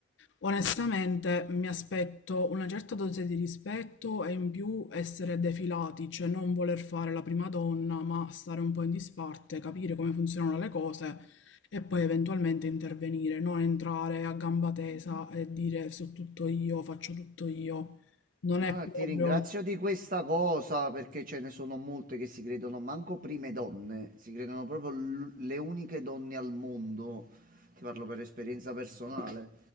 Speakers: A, on the left (about 70°); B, on the right (about 45°).
A: onestamente mi aspetto una certa dose di rispetto e in più essere defilati, cioè non voler fare la prima donna, ma stare un po' in disparte, capire come funzionano le cose e poi eventualmente intervenire, non entrare a gamba tesa e dire so tutto io, faccio tutto io. Non è
B: Allora,
A: proprio...
B: ti ringrazio di questa cosa perché ce ne sono molte che si credono manco prime donne, si credono proprio l- le uniche donne al mondo. Ti parlo per esperienza personale,